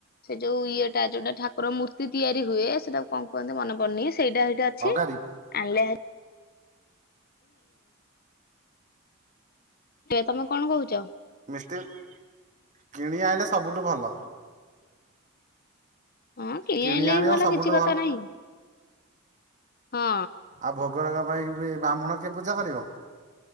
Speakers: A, on the left; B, on the right.
A: ସେ ଯୋଉ ଇଏଟା ଯୋଉଟା ଠାକୁର ମୂର୍ତ୍ତି ତିଆରି ହୁଏ ସେଟା କଣ କୁହନ୍ତି ମନେପଡୁନି ସେଇଟା ସେଇଠି ଅଛି
B: ଅଗାରି
A: ଆଣିଲେ ତମେ କଣ କହୁଛ?
B: ମିଷ୍ କିଣି ଆଣିଲେ ସବୁଠୁ ଭଲ।
A: ହଁ କି
B: କିଣି
A: ଆଣିଲେ
B: ଆଣିବ
A: ବି ଭଲ
B: ସବୁଠୁ
A: କିଛି କଥା ନାହିଁ ହଁ।
B: ଆଉ ଭୋଗରାଗ ପାଇଁ ବି ବ୍ରାହ୍ମଣ କିଏ ପୂଜା କରିବ?